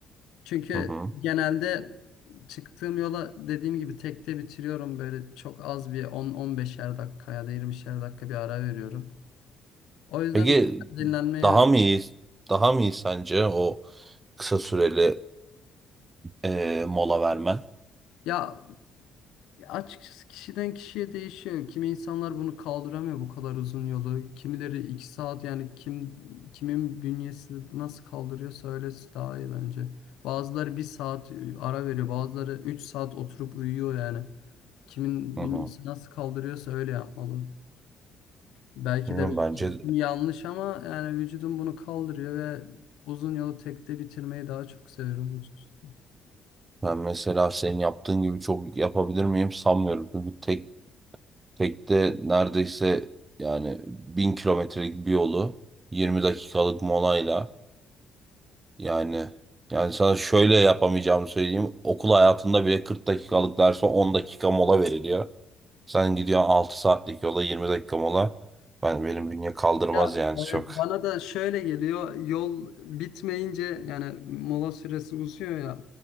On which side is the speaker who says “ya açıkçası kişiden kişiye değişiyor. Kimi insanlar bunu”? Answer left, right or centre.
Left